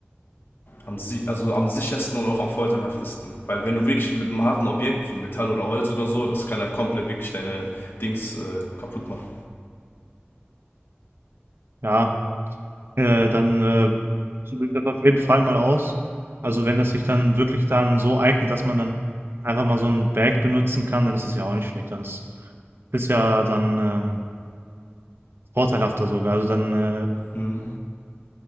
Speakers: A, on the left; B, on the right.
A: am, si- also am sichersten und auch am folterhaftesten. Weil wenn du wirklich mit einem harten Objekt, so Metall oder Holz oder so, das kann halt komplett wirklich deine Dings äh, kaputt machen.
B: Ja, äh, dann äh, probiere ich das auf jeden Fall mal aus. Also wenn das sich dann wirklich dann so eignet, dass man dann einfach mal so ein Bag benutzen kann, dann ist es ja auch nicht schlecht. Dann ist, ist ja dann ähm, vorteilhafter sogar. Also dann äh,
A: Hm.